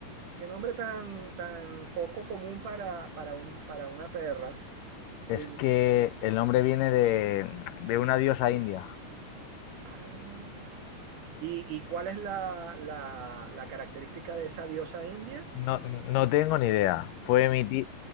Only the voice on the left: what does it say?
es que el nombre viene de, de una diosa india.
No, no tengo ni idea. Fue mi tía,